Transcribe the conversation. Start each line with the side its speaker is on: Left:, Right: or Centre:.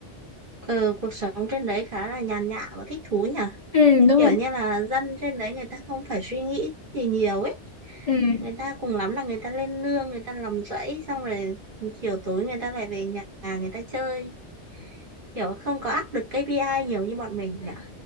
Right: ừ, cuộc sống trên đấy khá là nhàn nhã và thích thú nhỉ
Left: ừ đúng
Right: kiểu
Left: rồi
Right: như là dân trên đấy người ta không phải suy nghĩ gì nhiều ấy
Left: ừ
Right: người ta cùng lắm là người ta lên nương người ta làm rẫy xong rồi chiều tối người ta lại về nhà người ta chơi kiểu không có áp lực KPI nhiều như bọn mình nhỉ